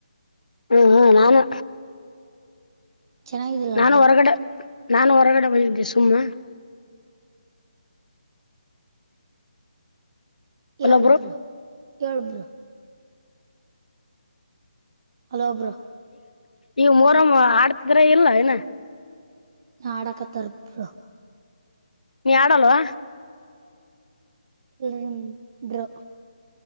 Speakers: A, on the left; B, on the right.
A: ಹ್ಮ್ ಹ್ಮ್ ನಾನು
B: ಚೆನ್ನಾಗಿದಲ್ಲ
A: ನಾನು
B: ಬ್ರೋ
A: ಹೊರಗಡೆ ನಾನು ಹೊರಗಡೆ ಬಂದಿದ್ದೆ ಸುಮ್ನ ಅಲ್ಲೊಬ್ರು
B: ಏಳ್ ಬ್ರೋ ಏಳ್ ಬ್ರೋ ಹಲೋ ಬ್ರೋ
A: ಈಗ ಮರಮ್ಮ ಆಡ್ತಿದ್ರ ಇಲ್ಲ ಏನ
B: ನಾಡಕತರಾ ಬ್ರೋ
A: ನೀ ಆಡಲ್ವಾ
B: ಇ ಬ್ರೋ